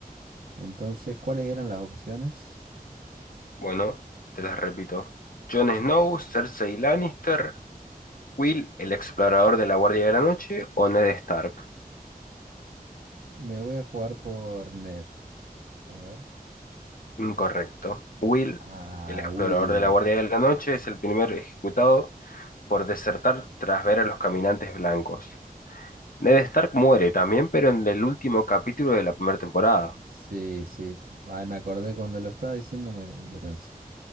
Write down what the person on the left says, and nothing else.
Bueno, te las repito. Jon Snow, Cersei Lannister, Will, el explorador de la Guardia de la Noche o Ned Stark.
Incorrecto. Will,
el explorador
de la Guardia
de la Noche, es el primer ejecutado por desertar tras ver a los caminantes blancos. Ned Stark muere también, pero en el último capítulo de la primera temporada.